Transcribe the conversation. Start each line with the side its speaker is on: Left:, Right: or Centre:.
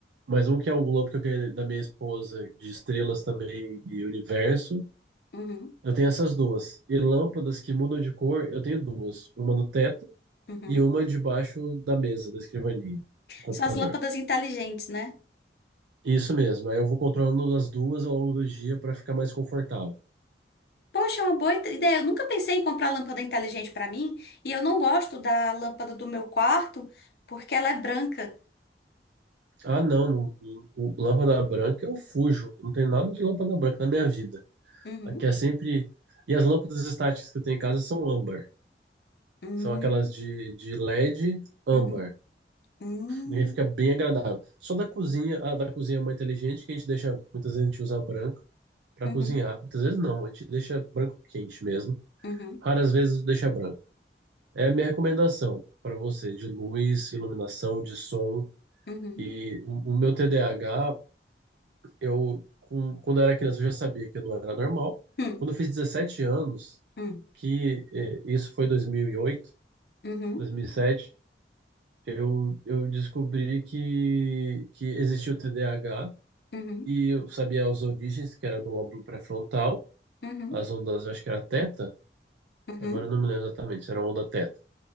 Right: Mas um que é um globo que eu ganhei da minha esposa, de estrelas também e universo.
Left: uhum,
Right: Eu tenho essas duas. E lâmpadas que mudam de cor, eu tenho duas. Uma no teto
Left: uhum.
Right: e uma debaixo da mesa, da escrivaninha, do computador.
Left: São as lâmpadas inteligentes, né?
Right: Isso mesmo. Aí eu vou controlando as duas ao longo do dia para ficar mais confortável.
Left: Poxa, é uma boa ide- ideia. Eu nunca pensei em comprar lâmpada inteligente pra mim. E eu não gosto da lâmpada do meu quarto porque ela é branca.
Right: Ah, não, não, não. O lâmpada branca eu fujo. Não tem nada de lâmpada branca na minha vida.
Left: Uhum.
Right: Aqui é sempre. E as lâmpadas estáticas que eu tenho em casa são âmbar.
Left: Hum,
Right: São aquelas de, de LED âmbar.
Left: uhum, hum,
Right: E fica bem agradável. Só da cozinha, a da cozinha é muito inteligente, que a gente deixa, muitas vezes a gente usa branco para
Left: uhum,
Right: cozinhar. Muitas vezes não, a gente deixa branco quente mesmo.
Left: uhum,
Right: Raras vezes deixa branco. É a minha recomendação para você de luz, iluminação, de som.
Left: uhum,
Right: E o, o meu TDAH, eu com- quando eu era criança eu já sabia que não era normal.
Left: hum,
Right: Quando eu fiz 17 anos,
Left: hum,
Right: que eh, isso foi dois dois mil mil e oito,
Left: uhum,
Right: dois mil e sete, eu, eu descobri que, que existia o TDAH
Left: uhum,
Right: E eu sabia as origens, que era do lóbulo pré-frontal,
Left: uhum,
Right: as ondas, eu acho que era teta,
Left: uhum,
Right: agora eu não me lembro exatamente se era onda teta.